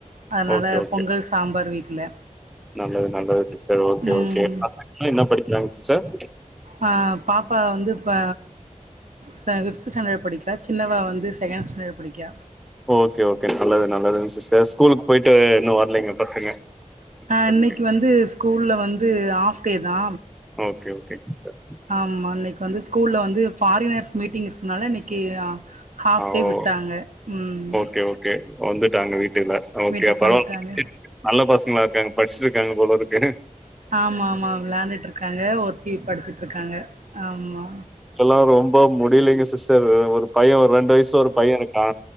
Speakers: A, on the right; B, in the centre.
A: அதனால
B: ஓகே ஓகே
A: பொங்கல் சாம்பார் வீட்ல
B: நல்லது நல்லது சிஸ்டர் ஓகே
A: ம்
B: ஓகே பசங்களா என்ன படிக்கிறாங்க சிஸ்டர்
A: ஆ பாப்பா வந்து இப்ப ச ஃபிஃப்த் ஸ்டாண்டர் படிக்றா சின்னவ வந்து செகண்ட் ஸ்டாண்டர் படிக்கா
B: ஓகே ஓகே நல்லது நல்லது சிஸ்டர் ஸ்கூலுக்கு போய்ட்டு இன்னு வரலைங்க பசங்க
A: அ
B: ஓகே
A: இன்னைக்கு வந்து ஸ்கூல்ல வந்து ஆஃப்டே தா
B: ஓகே ஓகே சிஸ்டர்
A: ஆமா இன்னைக்கு வந்து ஸ்கூல்ல வந்து ஃபாரினர்ஸ் மீட்டிங் இருக்குனால இன்னைக்கு ஹாஃப்
B: ஆ
A: டே
B: ஓ
A: விட்டாங்க ம்
B: ஓகே ஓகே வந்துட்டாங்க வீட்டுகுள்ள ஓகே
A: வீட்டுக்கு
B: பரவா
A: வந்துட்டாங்க
B: <inaudible> நல்ல பசங்களா இருக்காங்க ஃபஸ்ட்டுருக்காங்க போல இருக்கு
A: ஆமா ஆமா விளாண்டுட்டு இருக்காங்க ஒருத்தி படிச்சுட்ருக்காங்க ஆமா
B: இப்பலா ரொம்ப முடியலங்க சிஸ்டர் ஒரு பைய ரெண்டு வயசுல ஒரு பையருக்கா